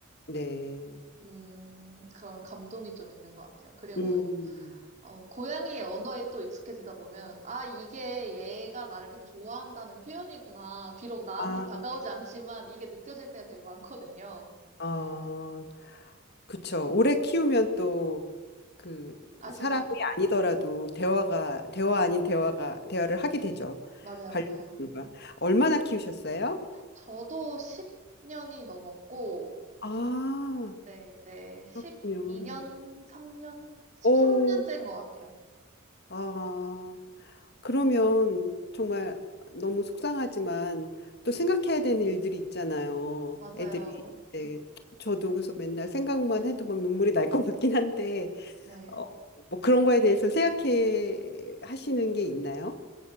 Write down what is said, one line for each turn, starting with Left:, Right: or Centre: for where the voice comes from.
Left: 네.
Right: 음, 그런 감동이 좀 있는 것 같아요. 그리고,
Left: 음,
Right: 어, 고양이의 언어에 또 익숙해지다 보면, 아, 이게 얘가 나를 되게 좋아한다는 표현이구나. 비록 나한테
Left: 아,
Right: 다가오지 않지만 이게 느껴질 때가 되게 많거든요.
Left: 아, 그쵸. 오래 키우면 또 그
Right: 아시죠?
Left: 사람이 아니더라도 대화가, 대화 아닌 대화가, 대화를 하게 되죠.
Right: 맞아요,
Left: 반려동물과.
Right: 맞아요.
Left: 얼마나 키우셨어요?
Right: 저도 10년이 넘었고,
Left: 아,
Right: 네, 이제 12년,
Left: 그렇군요.
Right: 3년? 13년째인
Left: 오,
Right: 것 같아요.
Left: 아. 그러면 정말 너무 속상하지만 또 생각해야 되는 일들이 있잖아요.
Right: 맞아요.
Left: 애들이 이제 저도 그래서 맨날 생각만 해도 막 눈물이 날 것 같긴 한데
Right: 네.
Left: 어, 뭐 그런 거에 대해서 생각해 하시는 게 있나요?